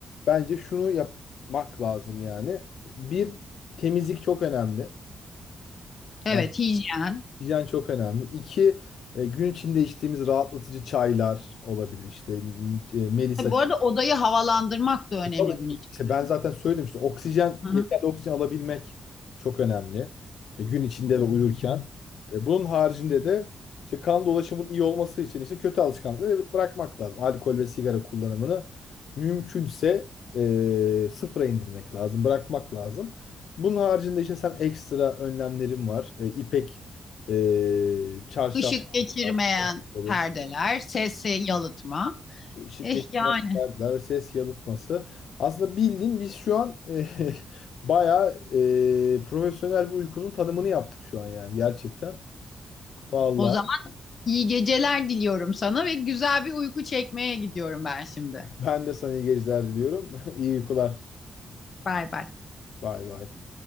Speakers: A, on the left; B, on the left.
A: bence şunu yapmak lazım yani. Bir, temizlik çok önemli.
B: Evet,
A: Yani
B: hijyen.
A: hijyen çok önemli. İki, e, gün içinde içtiğimiz rahatlatıcı çaylar olabilir. İşte m- e, Melisa
B: Tabii bu arada odayı havalandırmak da
A: E,
B: önemli
A: Tabii.
B: gün içinde.
A: İşte ben zaten söyledim işte oksijen
B: Hı hı.
A: yeterli oksijen alabilmek çok önemli. E, gün içinde ve uyurken. E, bunun haricinde de işte kan dolaşımının iyi olması için işte kötü alışkanlıkları bırakmak lazım. Alkol ve sigara kullanımını mümkünse e, sıfıra indirmek lazım, bırakmak lazım. Bunun haricinde işte sen ekstra önlemlerin var. E, ipek e, çarşaf
B: Işık geçirmeyen
A: olsa olur
B: perdeler, sesi yalıtma.
A: ışık
B: Eh
A: geçirmeyen
B: yani
A: perdeler ve ses yalıtması. Aslında bildiğin biz şu an <laughs> e, bayağı e, profesyonel bir uykunun tanımını yaptık şu an yani gerçekten. Vallahi
B: o zaman iyi geceler diliyorum sana ve güzel bir uyku çekmeye gidiyorum ben şimdi.
A: ben de sana iyi geceler diliyorum. <laughs> İyi uykular.
B: Bay bay.
A: Bay bay.